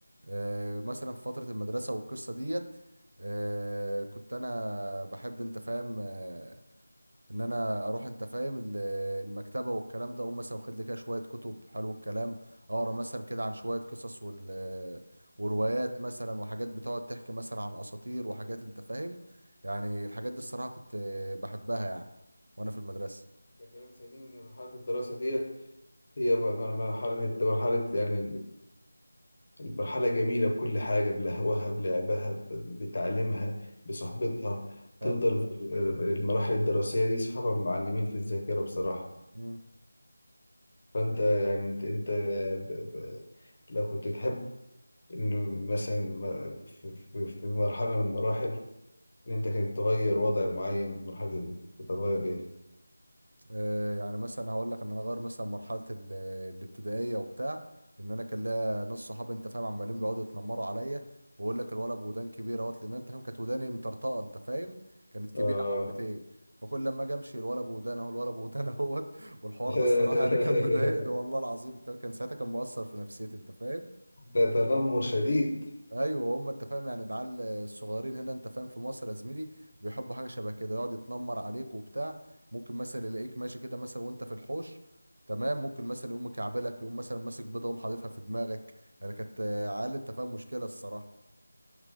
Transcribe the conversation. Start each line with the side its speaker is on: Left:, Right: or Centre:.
Right: آه مثلا في فتره المدرسه والقصه ديت آه كنت انا بحب انت فاهم آه ان انا اروح انت فاهم ال- المكتبه والكلام ده اقوم مثلا واخد لي كده شويه كتب حلو الكلام اقرا مثلا كده عن شويه قصص وال وروايات مثلا وحاجات بتقعد تحكي مثلا عن اساطير وحاجات انت فاهم يعني الحاجات دي الصراحه كنت بحبها يعني وانا في المدرسه
Left: ده كلام سليم ان مرحله الدراسه ديت هي م- م- مرحله مرحله يعني المرحلة جميلة بكل حاجة بلهوها بلعبها ب- بتعليمها بصحبتها
Right: حلو
Left: تفضل في المراحل الدراسية دي صحابها معلمين في الذاكرة بصراحة
Right: مم.
Left: فأنت يعني أنت أنت ب- ب- لو كنت تحب إن مثلا م- في في- في مرحلة من المراحل إن أنت كنت تغير وضع معين من المرحلة دي كنت هتغير إيه؟
Right: آه يعني مثلا هقول لك ان انا غير مثلا مرحله ال- الابتدائيه وبتاع ان انا كان ليا ناس صحابي انت فاهم عمالين بيقعدوا يتنمروا عليا ويقول لك الولد بودان كبيره اهوت لان انت فاهم كانت وداني مطرطقه انت فاهم كانت كبيره
Left: آه
Right: حبتين فكل لما اجي امشي الولد بودان اهو الولد بودان اهوت <laughs> والحوار
Left: <laughs>
Right: ده الصراحه يعني كان مضايقني والله العظيم انت فاهم؟ كان ساعتها كان مؤثر في نفسيتي انت فاهم
Left: ده تنمر شديد
Right: ايوه هم انت فاهم يعني العيال الصغيرين هنا انت فاهم في مصر يا زميلي بيحبوا حاجه شبه كده يقعد يتنمر عليك وبتاع ممكن مثلا يلاقيك ماشي كده مثلا وانت في الحوش تمام ممكن مثلا يقوم مكعبلك يقوم مثلا ماسك بيضه يقوم حاططها في دماغك يعني كانت آه، عيال انت فاهم مشكله الصراحه